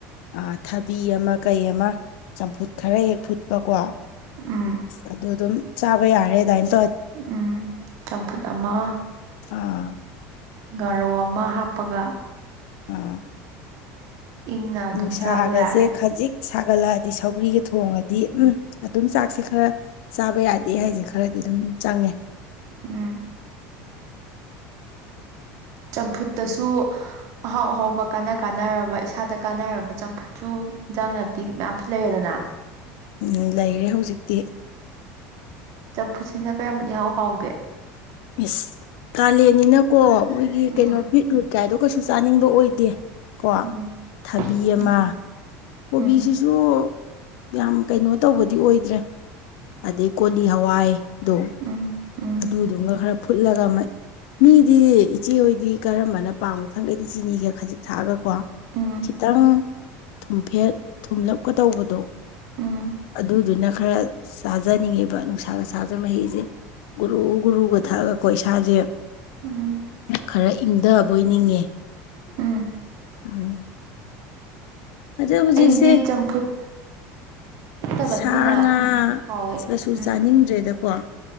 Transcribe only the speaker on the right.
ꯎꯝ
ꯎꯝ ꯆꯝꯐꯨꯠ ꯑꯃ
ꯒꯥꯔꯧ ꯑꯃ ꯍꯥꯞꯄꯒ
ꯏꯪꯅ ꯑꯗꯨꯝ
ꯆꯥꯕ ꯌꯥꯔꯦ
ꯎꯝ ꯆꯝꯐꯨꯠꯇꯁꯨ ꯑꯍꯥꯎ ꯑꯍꯥꯎꯕ ꯀꯥꯟꯅ ꯀꯥꯟꯅꯔꯕ ꯏꯁꯥꯗ ꯀꯥꯟꯅꯔꯕ ꯆꯝꯐꯨꯠꯁꯨ ꯑꯣ ꯏꯟꯖꯥꯡ ꯅꯥꯄꯤ ꯃꯌꯥꯝꯁꯨ ꯂꯩꯔꯦꯗꯅ
ꯆꯝꯐꯨꯠꯁꯤꯅ ꯀꯌꯥꯝꯝꯕ ꯍꯥꯎ ꯍꯥꯎꯒꯦ
ꯎꯝ
ꯎꯝ
ꯎꯝ
ꯎꯝ
ꯎꯝ ꯎꯝ
ꯎꯝ
ꯎꯝ
ꯎꯝ
ꯎꯝ
ꯑꯩꯗꯤ ꯆꯝꯐꯨꯠ ꯐꯠꯇꯕꯅ
ꯍꯦꯟꯅ
ꯍꯥꯎꯋꯦ
ꯎꯝ